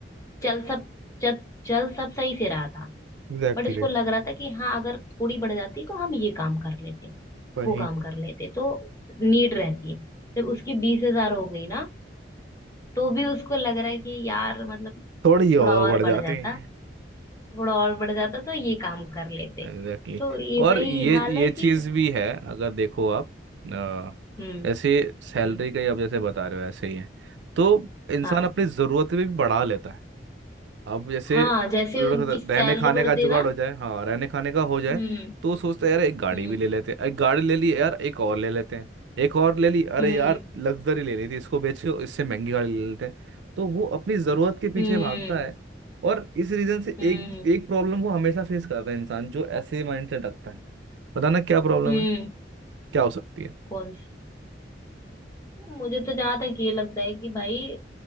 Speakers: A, on the left; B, on the right.
A: चल सब जब चल सब सही से रहा था
B: Exactly
A: बट उसको
B: exactly.
A: लग रहा था कि हाँ अगर थोड़ी बढ़ जाती तो हम ये काम कर लेते
B: वही
A: वो काम कर लेते तो नीड रहती है जब उसकी बीस हजार हो गई ना तो भी उसको लग रहा है कि यार मतलब
B: थोड़ी
A: थोड़ा
B: और
A: और
B: बढ़
A: बढ़
B: जाती
A: जाता
B: है
A: थोड़ा और बढ़ जाता तो ये काम कर लेते
B: Exactly
A: तो
B: exactly.
A: ये
B: और
A: भाई
B: ये
A: हाल है
B: ये
A: कि
B: चीज भी है अगर देखो आप अ,
A: हम्म
B: ऐसे सैलरी
A: हम्म
B: का ही आप जैसे बता रहे हो ऐसे ही है तो इंसान
A: हाँ
B: अपनी जरूरतें भी बढ़ा लेता है अब जैसे
A: हाँ
B: थोड़ा
A: जैसे उनकी
B: सा
A: सैलरी
B: रहने खाने
A: बढ़ती
B: का जुगाड़
A: ना
B: हो जाए हाँ रहने खाने का हो जाए
A: हम्म
B: तो सोचते हैं यार एक गाड़ी
A: हम्म
B: भी ले लेते हैं एक गाड़ी ले ली यार एक और ले लेते हैं एक और ले ली अरे
A: हम्म
B: यार लग्जरी लेनी थी इसको बेच के इससे महंगी गाड़ी ले लेते हैं तो वो अपनी जरूरत के पीछे
A: हम्म
B: भागता है और इस रीजन से
A: हम्म
B: एक एक प्रॉब्लम वो हमेशा फेस करता है इंसान जो ऐसे माइंडसेट रखता है पता ना क्या प्रॉब्लम
A: हम्म,
B: है क्या हो सकती है
A: कौन सी मुझे तो जहां तक ये लगता है कि भाई